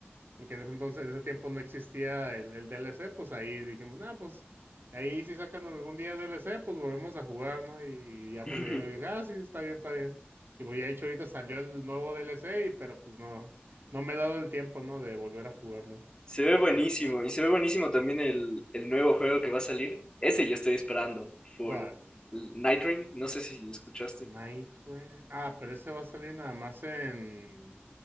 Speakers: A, on the right; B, on the left.
A: porque en ese entonces, en ese tiempo no existía el, el D L C pues ahí dijimos, nah, pues ahí si sacan algún día D L C pues volvemos a jugar, ¿no? Y, ya pues
B: Ujú.
A: mi amigo dijo, ah, sí, está bien, está bien. Y pues ya de hecho ahorita salió el nuevo D DLC, y- pero pues no, no me he dado el tiempo, ¿no? De volver a jugarlo.
B: Se ve buenísimo. Y se ve buenísimo también el, el nuevo juego que va a salir. Ese yo estoy esperando. Full.
A: ¿Cuál?
B: Night Rain, no sé si escuchaste.
A: Night Rain. Ah, pero ese va a salir nada más en,